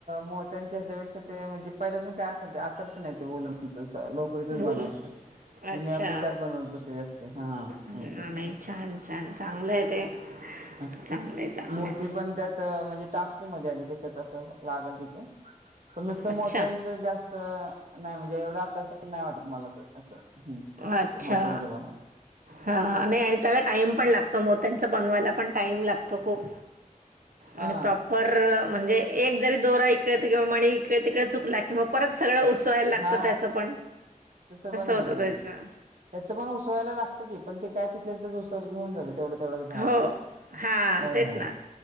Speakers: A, on the right (about 60°); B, on the right (about 75°).
A: मोत्यांच्या ह्याच्यापेक्षा ते म्हणजे पहिल्यापासून काय असेल ते आकर्षणय ते वुलनच लोकरीचच
B: भूल
A: बनवायचं
B: अच्छा
A: मी आपली त्यात बनवत बसलेली असते. हा
B: हा
A: एकदम
B: नाही
A: अस
B: छान छान चांगलं आहे ते
A: हा
B: चांगलंय चांगलंय
A: मूर्ती पण त्यात म्हणजे टासणीमध्ये आली कशसं लागल तिथे पण नुस्त
B: अच्छा
A: मोत्यांच जास्त नाही म्हणजे एवढं आकर्षण अस नाही वाटत मला तर असं हं
B: अच्छा
A: मोत्यांचा जमाना आहे.
B: हा नाही आणि त्याला टाइम पण लागतो. मोत्यांचा बनवायला पण टाइम लागतो. तो खूप
A: हा
B: आणि प्रॉपर-र-र अ म्हणजे एक जरी दोरा इकडे तिकडे मणी इकडे तिकडे चुकला किंवा परत सगळं उसवायला लागतं
A: हा
B: त्याचं पण
A: तसं पण आहे
B: होतं
A: ते
B: त्याचं
A: याचं पण उसवायला लागतं की पण ते काय तिथले तिथंच उसवल की होऊन जात. तेवढा तेवढाच भाग
B: हो हां
A: हा
B: तेच
A: हा
B: ना